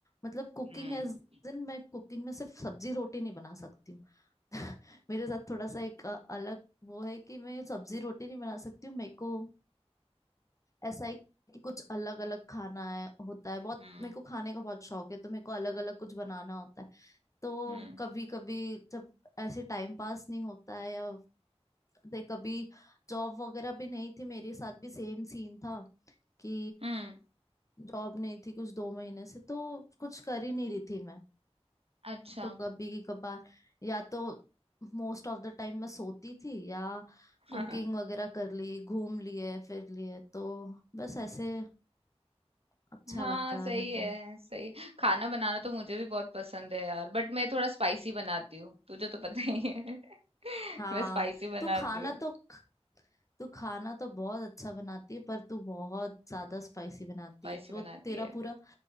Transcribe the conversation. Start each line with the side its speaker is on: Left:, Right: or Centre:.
Left: मतलब कुकिंग
Right: हम्म
Left: एज इन मैं कुकिंग में सिर्फ सब्जी रोटी नहीं बना सकती हूँ <laughs> मेरे साथ थोड़ा सा एक अ, अलग वो है कि मैं सब्जी रोटी नहीं बना सकती हूँ मेरे को ऐसा है कि कुछ अलग अलग खाना है होता है बहुत
Right: हम्म
Left: मेरे को खाने का बहुत शौक है तो मेरे को अलग अलग कुछ बनाना होता है तो
Right: हम्म
Left: कभी कभी जब ऐसे टाइम पास नहीं होता है या दे कभी जॉब वगैरह भी नहीं थी मेरे साथ भी सेम सीन था कि
Right: हम्म
Left: जॉब नहीं थी कुछ दो महीने से तो कुछ कर ही नहीं रही थी मैं
Right: अच्छा
Left: तो कभी कभार या तो मोस्ट ऑफ द टाइम मैं सोती थी या
Right: <laughs>
Left: कुकिंग
Right: हम्म
Left: वगैरह कर ली घूम लिए फिर लिए तो बस ऐसे अच्छा
Right: हाँ
Left: लगता
Right: सही
Left: है मेरे
Right: है
Left: को
Right: सही खाना बनाना तो मुझे भी बहुत पसंद है यार बट मैं थोड़ा स्पाइसी बनाती हूँ तुझे तो पता ही है <laughs>
Left: हाँ
Right: मैं स्पाइसी बनाती
Left: तू खाना
Right: हूँ
Left: तो तू खाना तो बहुत अच्छा बनाती है पर तू बहुत ज्यादा स्पाइसी बनाती
Right: स्पाइसी
Left: है वो
Right: बनाती
Left: तेरा
Right: है
Left: पूरा